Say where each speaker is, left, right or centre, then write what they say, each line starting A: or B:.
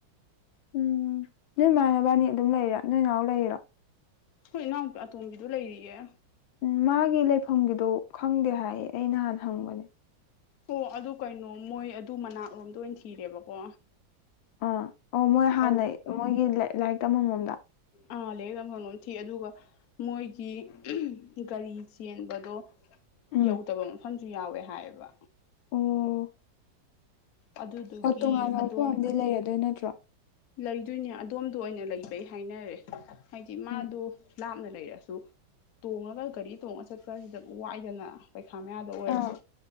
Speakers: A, on the left; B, on the left.
A: ꯎꯝ ꯅꯣꯏ ꯃꯥ ꯅꯕꯥꯟꯅꯤ ꯑꯗꯨꯝ ꯂꯩꯔꯤꯔ ꯅꯣꯏ ꯅꯥꯥꯎ ꯂꯩꯔꯤꯔꯣ
B: ꯈꯣꯏ ꯏꯅꯥꯎꯄꯤ ꯑꯇꯣꯝꯕꯤꯗꯨ ꯂꯩꯔꯤꯌꯦ
A: ꯎꯝ ꯃꯥꯒꯤ ꯂꯩꯐꯝꯒꯤꯗꯣ ꯈꯪꯗꯦ ꯍꯥꯏꯌꯦ ꯑꯩ ꯅꯍꯥꯟ ꯍꯪꯕꯅꯦ
B: ꯑꯣ ꯑꯗꯨ ꯀꯩꯅꯣ ꯃꯣꯏ ꯑꯗꯨ ꯃꯅꯥꯛꯔꯣꯝꯗ ꯑꯣꯏꯅ ꯊꯤꯔꯦꯕꯀꯣ
A: ꯑꯥ ꯑꯣ ꯃꯣꯏ ꯍꯥꯟꯅꯩ
B: ꯑꯧ
A: ꯃꯣꯏꯒꯤ ꯂꯥꯏꯔꯤꯛ ꯇꯝꯐꯝꯔꯣꯝꯗ
B: ꯑꯥ ꯂꯥꯏꯔꯤꯛ ꯇꯝꯐꯝꯂꯣꯝ ꯊꯤ ꯑꯗꯨꯒ ꯃꯣꯏꯒꯤ ꯒꯥꯔꯤ ꯆꯦꯟꯕꯗꯣ
A: ꯎꯝ
B: ꯌꯧꯗꯕ ꯃꯐꯝꯁꯨ ꯌꯥꯎꯋꯦ ꯍꯥꯏꯌꯦꯕ
A: ꯑꯣ
B: ꯑꯗꯨꯗꯨꯒꯤ
A: ꯑꯣ ꯇꯣꯉꯥꯟꯕ
B: ꯑꯗꯣꯝ
A: ꯃꯐꯝ ꯑꯃꯗꯤ ꯂꯩꯔꯗꯣꯏ ꯅꯠꯇ꯭ꯔꯣ
B: ꯂꯩꯗꯣꯏꯅꯦ ꯑꯗꯣꯝꯗ ꯑꯣꯏꯅ ꯂꯩꯕꯩ ꯍꯥꯏꯅꯔꯦ ꯍꯥꯏꯗꯤ ꯃꯥꯗꯣ
A: ꯎꯝ
B: ꯂꯥꯞꯅ ꯂꯩꯔꯁꯨ ꯇꯣꯡꯉꯒ ꯒꯥꯔꯤ ꯇꯣꯡꯉ ꯆꯠꯄꯁꯤꯗꯕꯨ ꯋꯥꯏꯗꯅ ꯄꯩꯈꯥ ꯃꯌꯥꯗ ꯑꯣꯏꯔꯁꯨ
A: ꯑꯥ